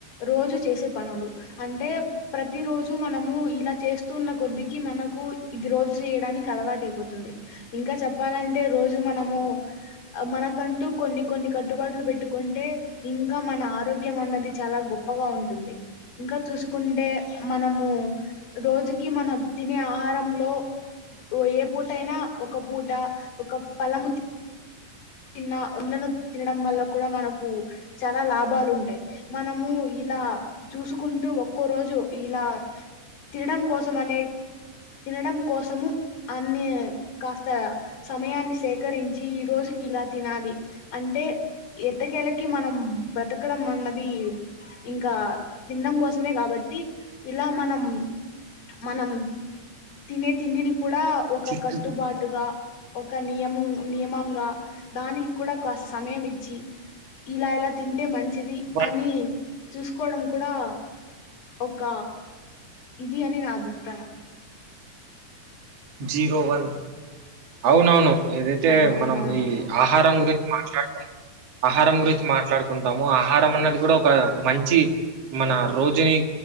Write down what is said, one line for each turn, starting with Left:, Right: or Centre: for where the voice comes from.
Left: రోజు చేసే పనులు అంటే ప్రతి రోజు మ మనము ఇలా చేస్తూ ఉన్న కొద్దికి మనకు ఇది రోజు చేయడానికి అలవాటైపోతుంది ఇంకా చెప్పాలంటే రోజు మనము మనకంటూ కొన్ని కొన్ని కట్టుబాట్లు పెట్టుకుంటే ఇంకా మన ఆరోగ్యం అన్నది చాలా ప్పగా ఉంటుంది ఇంకా చూసుకుంటే మనము రోజుకి మనం తినే ఆహారంలో ఓ ఏ పూటైనా ఒక పూట ఒక పలము తిన్న ఒండ్లను తినడం వల్ల కూడా మనకు చాలా లాభాలు ఉంటాయి మనము ఇలా చూసుకుంటూ ఒక్కో రోజు ఇలా తినడం కోసం అనే తినడం కోసము అన్ని కాస్త సమయాన్ని సేకరించి ఈ రోజు ఇలా తినాలి అంటే ఎట్టకేళకి మనం బ్రతకడం అన్నది ఇంకా తిండం కోసమే కాబట్టి ఇలా మనం మనం తినే తిండిని కూడా ఒక
Right: సిక్స్
Left: కట్టుబాటుగా ఒక నియం నియమంగా దానికి కూడా కాస్త సమయం ఇచ్చి ఇలా ఇలా తింటే మంచిది
Right: వన్
Left: అని చూసుకోవడం కూడా ఒక ఇది అని నా అభిప్రాయం
Right: జీరో వన్ అవునవును ఏదైతే
Left: అవును అవునవునవును
Right: మనం ఈ ఆహారం గురించి మాట్లాడుకుం ఆహారం గురించి మాట్లాడుకుంటాము ఆహారం అన్నది కూడా ఒక మంచి మన రోజుని